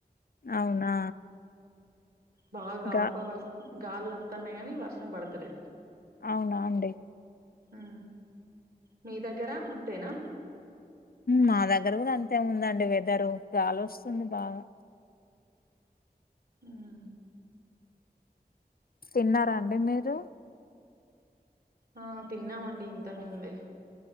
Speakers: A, on the left; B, on the right.
A: అవునా
B: బాగా గాడిపో
A: గా
B: వస్త గాలిలు వత్తన్నాయి అని వర్షం పడతాలేదు
A: అవునా అండి
B: ఉ మీ దగ్గరా అంతేనా
A: మా దగ్గర కూడా అంతేదండి వెదరు గాల వస్తుంది బాగా
B: ఉమ్
A: తిన్నారాండి మీరు
B: ఆ తిన్నామండి ఇంతకుముందే